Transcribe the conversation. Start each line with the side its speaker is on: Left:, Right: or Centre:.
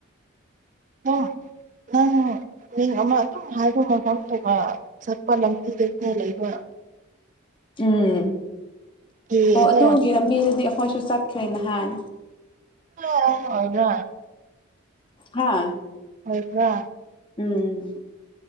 Right: ꯑꯣ ꯅꯪ ꯃꯤꯡ ꯑꯃ ꯑꯗꯨꯝ ꯍꯥꯏꯕ ꯃꯐꯝꯗꯨꯒ ꯆꯠꯄ ꯂꯝꯕꯤꯗꯩꯅ ꯂꯩꯕ
Left: ꯎꯝ
Right: ꯀꯦꯗꯣ
Left: ꯑꯣ ꯑꯗꯨꯒꯤꯂꯝꯕꯤꯗꯨꯗꯤ ꯑꯩꯈꯣꯏꯁꯨ ꯆꯠꯈ꯭ꯔꯦ ꯅꯍꯥꯟ
Right: ꯑꯣ ꯑꯣꯏꯕ꯭ꯔ
Left: ꯍꯥꯥ
Right: ꯑꯣꯏꯕ꯭ꯔ
Left: ꯎꯝ